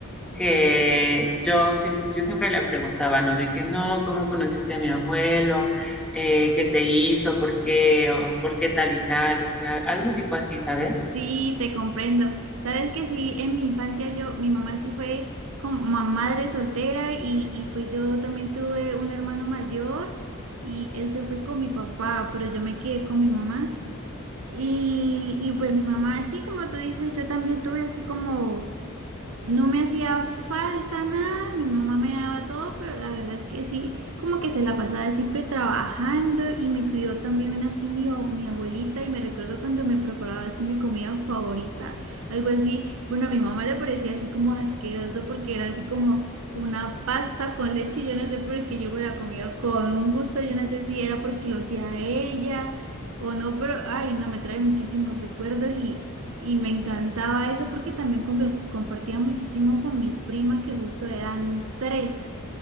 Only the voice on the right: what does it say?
Sí, te comprendo. Sabes que sí, en mi infancia yo, mi mamá sí fue como ma- madre soltera y, y pues yo también tuve un hermano mayor y él se fue con mi papá, pero yo me quedé con mi mamá. Y, y pues mi mamá, así como tú dices, yo también tuve así como... No me hacía falta nada, mi mamá me daba todo, pero la verdad es que sí, como que se la pasaba siempre trabajando y me cuidó también así mi, o- mi abuelita y me recuerdo cuando me preparaba así mi comida favorita, algo así, bueno, a mi mamá le parecía así como asqueroso porque era así como una pasta con leche, yo no sé por qué yo me la comía con un gusto, yo no sé si era porque lo hacía ella o no, pero ay, no, me trae muchísimos recuerdos y... Y me encantaba eso porque también conver- compartía muchísimo con mis primas que justo eran tres